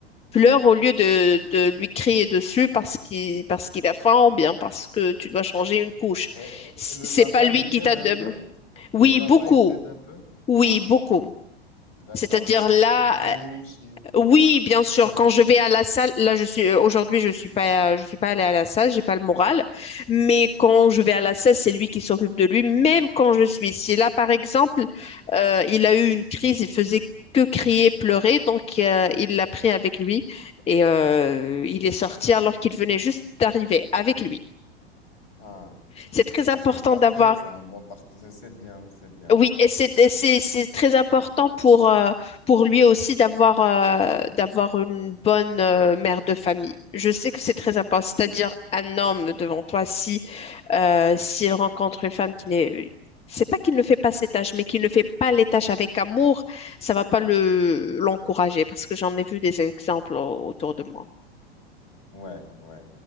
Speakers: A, on the left (about 20°); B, on the left (about 50°).
A: pleure au lieu de, de lui crier dessus parce qu'il, parce qu'il a faim ou bien parce que tu dois changer une couche.
B: Et, et-
A: C-
B: et le
A: C'est
B: papa,
A: pas lui
B: il
A: qui
B: t'aide
A: t'a
B: un
A: de...
B: peu? Et
A: Oui,
B: le papa,
A: beaucoup.
B: il t'aide un peu?
A: Oui,
B: Ah,
A: beaucoup.
B: d'accord,
A: C'est-à-dire
B: il change
A: là,
B: les couches. il-
A: oui, bien sûr.
B: C'est vrai.
A: Quand je vais à la salle, là je suis euh, aujourd'hui je suis pas euh, je suis pas allée à la salle, j'ai pas le moral. Mais quand je vais à la salle, c'est lui qui s'occupe de lui, même quand je suis ici. Là, par exemple, euh, il a eu une crise, il faisait que crier, pleurer, donc euh, il l'a pris avec lui et euh, il est sorti alors qu'il venait juste d'arriver avec lui.
B: Ah,
A: C'est très important
B: bah c'est parfait,
A: d'avoir
B: tu as un bon partenaire, c'est bien, c'est bien.
A: oui, et c'est et c'est- c'est très important pour, euh, pour lui aussi d'avoir euh, d'avoir une bonne euh, mère de famille. Je sais que c'est très important, c'est-à-dire un homme devant toi, si euh, s'il rencontre une femme qui n'est... C'est pas qu'il ne fait pas ses tâches, mais qu'il ne fait pas les tâches avec amour, ça va pas le l'encourager, parce que j'en ai vu des exemples au- autour de moi.
B: Ouais, ouais.